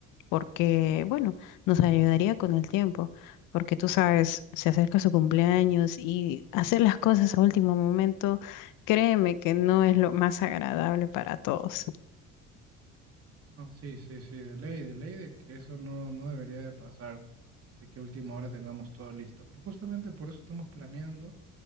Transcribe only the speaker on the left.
porque, bueno, nos ayudaría con el tiempo, porque tú sabes, se acerca su cumpleaños y hacer las cosas a último momento, créeme que no es lo más agradable para todos.